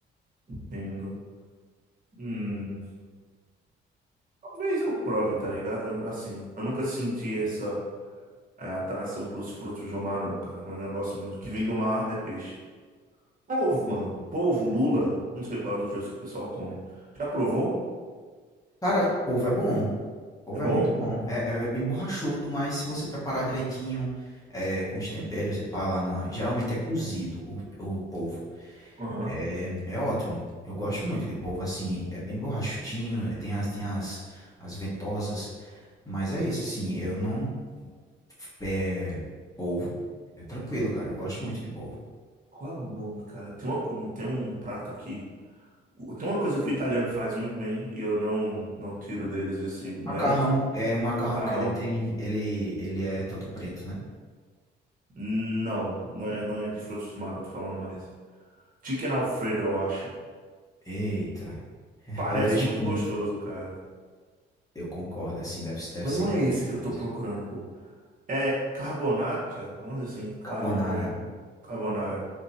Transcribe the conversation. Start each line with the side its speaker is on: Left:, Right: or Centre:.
Right: entendo. Hum, talvez eu prove, tá ligado? Assim, eu nunca senti essa é, atração pros frutos do mar, não, cara. Meu negócio mesmo, que vem do mar é peixe. Polvo, mano. Polvo, lula, não sei qual é dos dois que o pessoal come. Já provou?
Left: Cara, polvo é bom. Couve
Right: É bom?
Left: é muito bom. É, é é bem borrachudo, mas se você preparar direitinho, é, com os temperos e pá lá na. Geralmente é cozido o, o polvo.
Right: Aham.
Left: É, é ótimo. Eu gosto muito de polvo assim. É bem borrachudinho, é, tem as, tem as, as ventosas. Mas é isso, assim. Eu não. É, polvo. É tranquilo, cara. Eu gosto muito de polvo.
Right: Qual é o nome, cara? Tem uma, com- tem um prato aqui. O- Tem uma coisa que o italiano faz muito bem, e eu não, não tiro deles esse mérito.
Left: Macarrão é um macarrão
Right: Macarrão.
Left: que ele tem. Ele, ele é todo preto, né?
Right: Não, não é, não é de frutos do mar que eu tô falando mais. Chicken Alfredo, eu acho.
Left: Eita. <laughs>
Right: Parece
Left: Eu vejo
Right: muito
Left: muito.
Right: gostoso, cara.
Left: Eu concordo, assim. Deve, deve
Right: Mas
Left: ser
Right: não
Left: incrível
Right: é esse que eu
Left: mesmo.
Right: tô procurando, pô. É carbonata? Vamos dizer assim, carbo...
Left: Carbonara,
Right: carbonara.